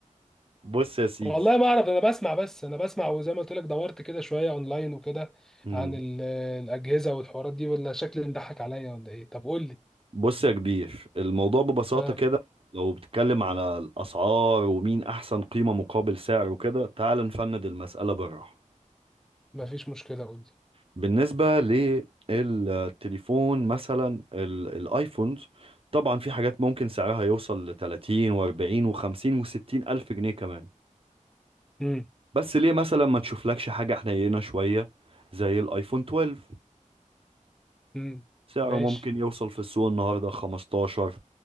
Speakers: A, on the right; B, in the centre.
A: بص يا سيدي
B: والله ما اعرف انا بسمع بس انا بسمع وزي ما قلت لك دورت كده شويه اونلاين وكده
A: امم
B: عن ال- الاجهزه والحوارات دي ولا شكلي مضحك عليا ولا ايه طب قول لي
A: بص يا كبير الموضوع ببساطة
B: اه
A: كده لو بتتكلم على الاسعار ومين احسن قيمة مقابل سعر وكده تعال نفند المسألة بالراحة
B: مفيش مشكله قول لي
A: بالنسبة للتليفون مثلا ال- الايفونز طبعا في حاجات ممكن سعرها يوصل ل 30 و40 و50 و60 ألف جنيه كمان
B: امم
A: بس ليه مثلا ما تشوفلكش حاجة حنينة شوية زي الايفون 12
B: امم
A: سعره
B: ماشي
A: ممكن يوصل في السوق النهاردة 15